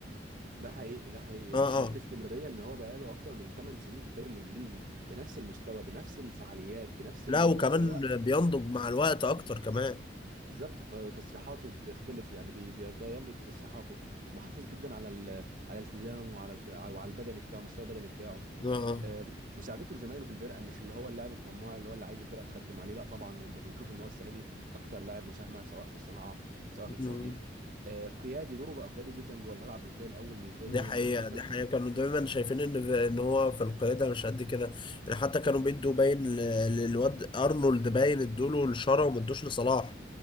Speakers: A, on the right (about 45°); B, on the left (about 25°).
A: ده حقيقي ده حقيقي
B: اه
A: وفكره
B: اه
A: الاستمراريه ان هو بقاله اكتر من 8 سنين في الدوري الانجليزي بنفس المستوى بنفس الفعاليات بنفس
B: لا
A: ال-
B: وكمان
A: اللي هو
B: بينضج مع الوقت اكتر كمان
A: بالظبط ت- تصريحاته بتختلف يعني بي- بينضج في تصريحاته محافظ جدا على ال... على التزامه وعلى ال... وعلى البدني بتاعه المستوى البدني بتاعه
B: اه
A: آه، مساعدته لزمايله في الفرقه مش اللي هو اللاعب الطماع اللي هو اللي عايز الفرقه تخدم عليه لا طبعا انت بتشوف ان هو السنه دي اكتر لاعب مساهمه سواء في الصناعه سواء
B: اه
A: في التهديف آه، قيادي دوره بقى قيادي جدا جوه الملعب مش زي الاول مش زي
B: دي حقيقة
A: مثلا
B: دي حقيقة كانوا دايما شايفين ان ان هو في القيادة مش قد كده يعني حتى كانوا بيدوا باين ل- للواد ارنولد باين ادوله لشارة وما ادوش لصلاح